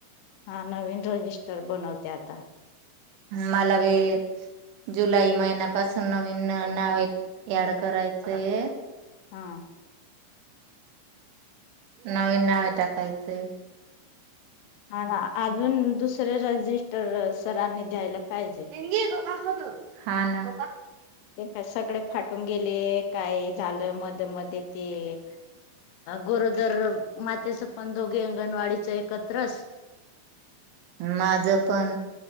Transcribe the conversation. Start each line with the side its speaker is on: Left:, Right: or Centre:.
Left: हा नवीन रजिस्टर बनवते. ते आता
Right: मला बी जुलै महिना पासून नवीन नावे ऍड करायचये.
Left: हा
Right: नवीन नावे टाकायचंय.
Left: हा ना अजून दुसर रजिस्टर सरांनी द्यायला पाहिजे
Right: <unintelligible> हा ना
Left: ते का सगळे फाटून गेले काय झालं मग. मध्ये ते गरोदर तसपण दोघे अंगणवाडीच एकत्रस
Right: माझ पण